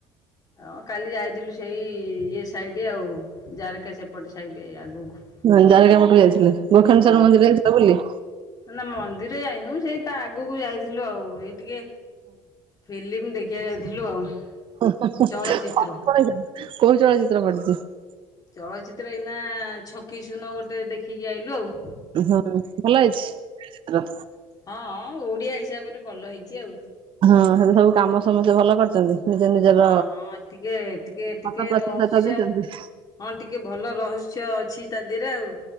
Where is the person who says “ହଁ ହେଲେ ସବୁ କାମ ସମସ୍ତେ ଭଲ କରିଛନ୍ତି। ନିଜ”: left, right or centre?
Right